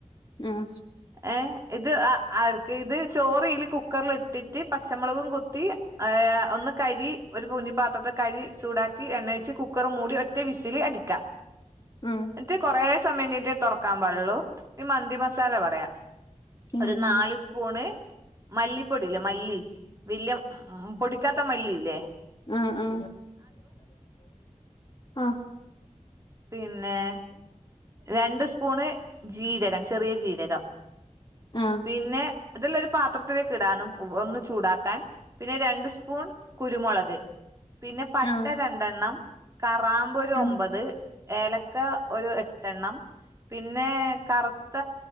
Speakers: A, on the left; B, on the right.
A: ഉം
B: ഏഹ് ഇത് ആ ആർക്ക് ഇത് ചോറില് കുക്കറ്‌ല് ഇട്ടിട്ട് പച്ചമുളകും കൊത്തി ഹ ഒന്ന് കരി ഒരു പൊന്നിപ്പാത്രത്തെ കരി ചൂടാക്കി എണ്ണയച്ച് കുക്കർ മൂടി ഒറ്റ വിസില് അടിക്കാ <inaudible>
A: ഉം
B: എന്നിട്ട് കുറെ സമയം കഴിഞ്ഞിട്ടേ തുറക്കാൻ പാടൂ ള്ളൂ ഇനി മന്തി മസാല പറയാ
A: ഉം
B: ഒരു നാല്
A: ഉം
B: സ്പൂണ് മല്ലിപ്പൊടിലെ മല്ലി വല്യ പൊടി പൊടിക്കാത്ത മല്ലില്ലേ
A: ആ ആ ആ
B: പിന്നെ രണ്ട് സ്പൂണ് ജീരകം ചെറിയ ജീരകം
A: ആഹ്
B: പിന്നെ ഇതെല്ലാം ഒരു പാത്രത്തിലേക്ക് ഇടാൻ ചൂടാക്കാൻ പിന്നെ രണ്ട് ഒരു സ്പൂൺ കുരുമുളക് പിന്നെ പട്ട
A: ആഹ്
B: രണ്ടണ്ണം കാറാം - ഒരു
A: ആഹ്
B: ഒമ്പത് ഏലക്ക ഒരു എട്ട എണ്ണം പിന്നെ കറത്ത